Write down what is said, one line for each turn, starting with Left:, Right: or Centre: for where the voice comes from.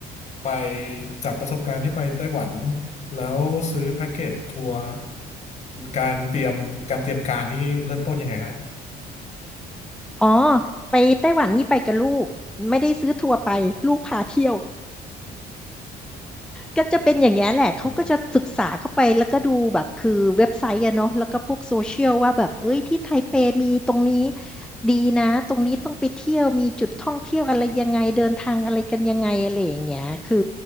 Left: ไปจากประสบการณ์ที่ไปไต้หวันแล้วซื้อแพ็กเกจทัวร์การเตรียมการเตรียมการนี่เริ่มต้นยังไงฮะ
Centre: อ๋อไปไต้หวันนี่ไปกับลูกไม่ได้ซื้อทัวร์ไปลูกพาเที่ยว ก็จะเป็นอย่างเงี้ยแหละ เขาก็จะศึกษาเข้าไปแล้วก็ดูแบบคือเว็บไซต์อะเนาะแล้วก็พวกโซเชียลว่าแบบเอ้ยที่ไทเปมีตรงนี้
Left: โอ้
Centre: ดีนะตรงนี้ต้องไปเที่ยวมีจุดท่องเที่ยวอะไรยังไงเดินทางอะไรกันยังไงอะไรอย่างเงี้ยคือ